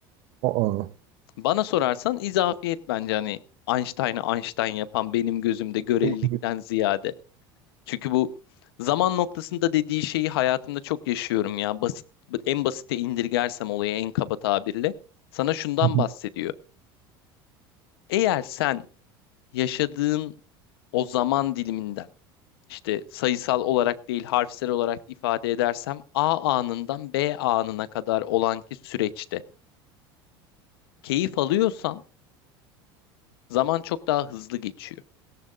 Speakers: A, on the right; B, on the left.
A: Aa.
B: Bana sorarsan izafiyet bence hani Einstein'ı Einstein yapan benim gözümde görelilikten
A: En büyük-
B: ziyade. Çünkü bu zaman noktasında dediği şeyi hayatımda çok yaşıyorum ya. Basit, en basite indirgersem olayı en kaba tabirle. Sana şundan
A: Hı hı.
B: bahsediyor. Eğer sen yaşadığın o zaman diliminden işte sayısal olarak değil harfsel olarak ifade edersem A anından B anına kadar olan ki süreçte keyif alıyorsan zaman çok daha hızlı geçiyor.